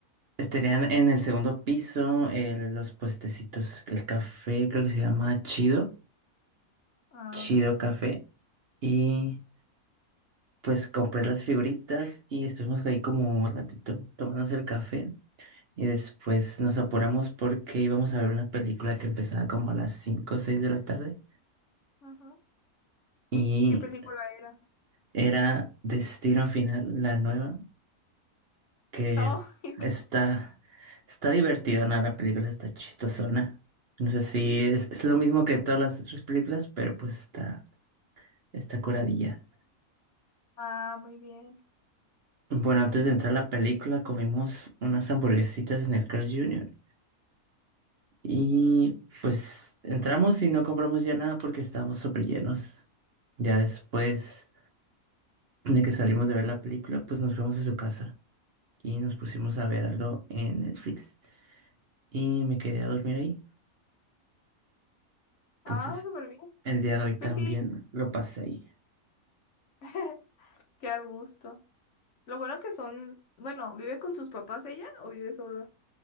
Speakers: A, on the right; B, on the left.
A: pues tenían en el segundo piso eh, los puestecitos, el café creo que se llama Chido,
B: Ah,
A: Chido
B: ok.
A: Café. Y Pues compré las figuritas y estuvimos ahí como un ratito tomándose el café. Y después nos apuramos porque íbamos a ver una película que empezaba como a las 5 o 6 de la tarde.
B: Ajá.
A: Y
B: ¿Y qué película era?
A: era Destino Final, la nueva, que
B: Oh, <laughs>
A: está, está divertida, ¿no? La película está chistosona. No sé si es, es lo mismo que todas las otras películas, pero pues está, está curadilla.
B: ah, muy bien.
A: Bueno, antes de entrar a la película comimos unas hamburguesitas en el Carl Jr. Y pues entramos y no compramos ya nada porque estábamos súper llenos. Ya después de que salimos de ver la película, pues nos fuimos a su casa y nos pusimos a ver algo en Netflix y me quedé a dormir ahí. Entonces
B: Ah, súper bien.
A: el día de hoy
B: Pues
A: también
B: sí,
A: lo pasé ahí.
B: <laughs> qué a gusto. Lo bueno que son, bueno, ¿vive con sus papás ella o vive sola?